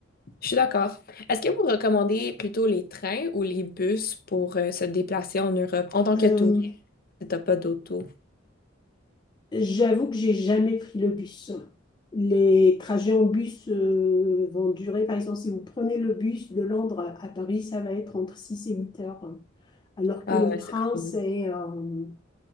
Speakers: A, on the left; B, on the left.
A: Je suis d'accord. Est-ce que vous recommandez plutôt les trains ou les bus pour euh, se déplacer en Europe en tant
B: Euh,
A: que touriste si t'as pas d'auto?
B: j'avoue que j'ai jamais pris le bus. Les trajets en bus euh, vont durer, par exemple, si vous prenez le bus de Londres à Paris, ça va être entre six et huit heures. alors
A: Ah
B: que le
A: ouais,
B: train,
A: c'est quand
B: c'est
A: même.
B: euh,